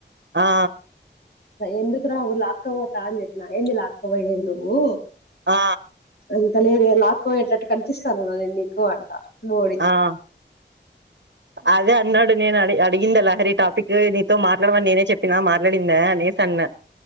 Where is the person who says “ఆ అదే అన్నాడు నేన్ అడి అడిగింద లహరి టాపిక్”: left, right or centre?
Right